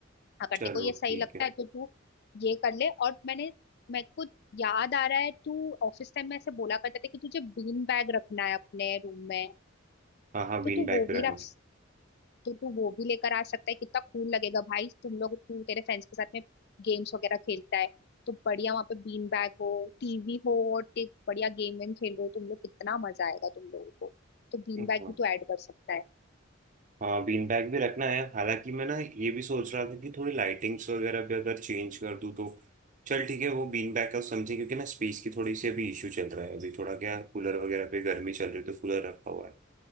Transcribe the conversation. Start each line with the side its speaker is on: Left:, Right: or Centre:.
Left: अगर
Right: चलो
Left: तेरे को ये सही
Right: ठीक
Left: लगता
Right: है
Left: है तो तू ये कर ले और मैंने मेरे को याद आ रहा है तू ऑफिस टाइम में ऐसे बोला करता था कि तुझे बीन बैग रखना है अपने रूम में
Right: हाँ हाँ बीन
Left: तो तू
Right: बैग
Left: वो
Right: पे
Left: भी
Right: रखना
Left: रख तो तू वो भी लेकर आ सकता है कितना कूल लगेगा भाई तुम लोग तू तेरे फ्रेंड्स के साथ में गेम्स वगैरह खेलता है तो बढ़िया वहाँ पे बीन बैग हो टीवी हो और ते- बढ़िया गेम वेम खेल रहे हो तुम लोग कितना मजा आएगा तुम लोगों को तो बीन
Right: हाँ
Left: बैग भी तू ऐड कर सकता है
Right: हाँ बीन बैग भी रखना है हालांकि मैं ना ये भी सोच रहा था कि थोड़ी लाइटिंग्स वगैरह भी अगर चेंज कर दूँ तो चल ठीक है वो बीन बैग का समझे क्योंकि ना स्पेस की थोड़ी सी अभी इश्यू चल रहा है अभी थोड़ा क्या कूलर वगैरह पे गर्मी चल रही है तो कूलर रखा हुआ है